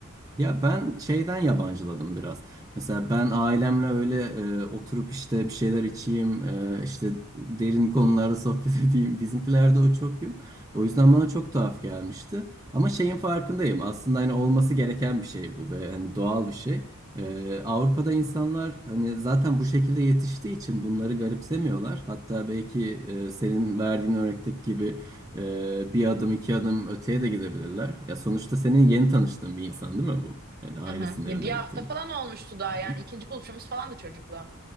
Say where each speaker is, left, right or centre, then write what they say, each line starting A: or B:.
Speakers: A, on the right; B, on the right.
A: Ya ben şeyden yabancıladım biraz. Mesela ben ailemle öyle e, oturup işte bir şeyler içeyim, e, işte derin konularda sohbet <laughs> edeyim. Bizimkilerde o çok yok. O yüzden bana çok tuhaf gelmişti. Ama şeyin farkındayım. Aslında hani olması gereken bir şey bu ve hani doğal bir şey. E, Avrupa'da insanlar hani zaten bu şekilde yetiştiği için bunları garipsemiyorlar. Hatta belki e, senin verdiğin örnekteki gibi ee, bir adım iki adım öteye de gidebilirler. Ya sonuçta senin yeni tanıştığın bir insan değil mi bu? Yani ailesinin
B: Hı hı. Ya
A: evine
B: bir hafta
A: gittiğin.
B: falan olmuştu daha yani
A: Hı.
B: ikinci buluşumuz falan da çocukla.